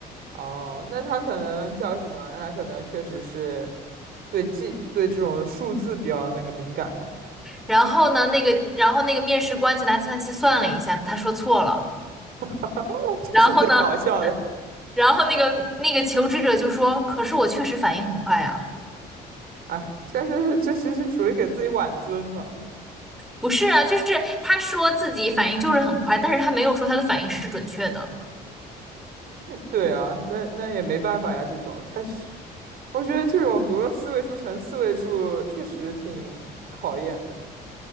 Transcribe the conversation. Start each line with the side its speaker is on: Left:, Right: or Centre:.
Right: 哦，那他可能叫什么？那他可能确实是对记对这种数字比较那个敏感嘛，
Centre: 然后呢，那个，然后那个面试官就拿计算器算了一下，他说错了。
Right: <laughs> 这是最搞笑的。
Centre: 然后呢，然后那个那个求职者就说：“可是我确实反应很快啊。”
Right: 哎，这是这是是属于给自己挽尊嘛。
Centre: 不是啊，就是他说自己反应就是很快，但是他没有说他的反应是准确的。
Right: 对啊，那那也没办法呀，这种它是，我觉得这种比如说四位数乘四位数确实挺考验的，